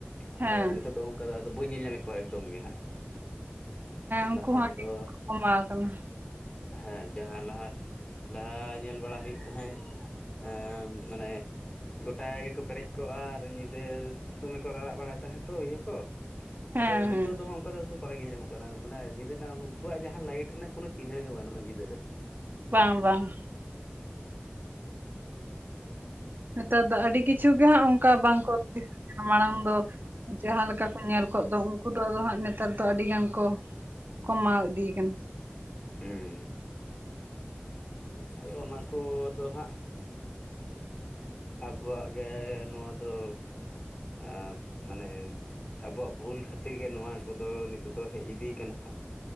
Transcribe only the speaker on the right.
ᱦᱮᱸ
ᱩᱱᱠᱩ
ᱦᱚᱸ ᱟᱹᱰᱤ
ᱠᱚᱢᱟᱣ ᱟᱠᱟᱱᱟ
ᱦᱮᱸ
ᱦᱮᱸ
ᱵᱟᱝ ᱵᱟᱝ᱾
ᱱᱮᱛᱟᱨ ᱫᱚ ᱟᱹᱰᱤ ᱠᱤᱪᱷᱩ ᱜᱮ ᱦᱟᱸᱜ ᱚᱝᱠᱟ ᱵᱟᱝᱠᱚ <unintelligible> ᱢᱟᱲᱟᱝ ᱫᱚ ᱡᱟᱦᱟᱸ ᱞᱮᱠᱟ ᱠᱚ ᱧᱮᱞ ᱠᱚᱜ ᱫᱚ ᱩᱝᱠᱩ ᱫᱚ ᱟᱫᱚ ᱦᱟᱸᱜ ᱱᱮᱛᱟᱨ ᱫᱚ ᱟᱹᱰᱤ ᱜᱟᱱ ᱠᱚ ᱠᱚᱢᱟᱣ ᱤᱫᱤᱭᱟᱠᱟᱱᱟ᱾